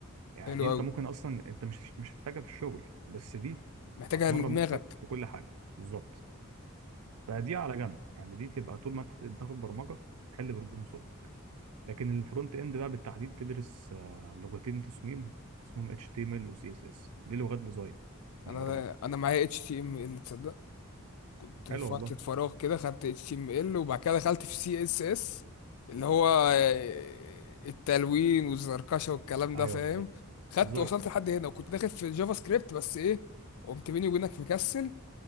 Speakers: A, on the right; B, on the left.
A: يعني
B: حلو
A: دي انت
B: قوي
A: ممكن اصلا انت مش مش هتحتاجها في الشغل بس دي
B: محتاجها
A: هتمرن
B: لدماغك
A: مخك في كل حاجه بالظبط فدي على جنب يعني دي تبقى طول ما انت بتاخد برمجه حل بروبلم سولف لكن الفرونت اند بقى بالتحديد تدرس آه، لغتين تصميم اسمهم HTML و CSS دي لغات ديزاين مش
B: انا
A: برمجه
B: انا معايا اتش تي ام ال تصدق في
A: حلو
B: فترة
A: والله
B: فراغ كده خدت اتش تي ام ال وبعد كده دخلت في سي اس اس اللي هو آه، التلوين والزركشة والكلام ده
A: ايوه
B: فاهم
A: بالظبط
B: خدت
A: ديزاين
B: وصلت لحد هنا وكنت داخل في جافا سكريبت بس ايه قمت بيني وبينك مكسل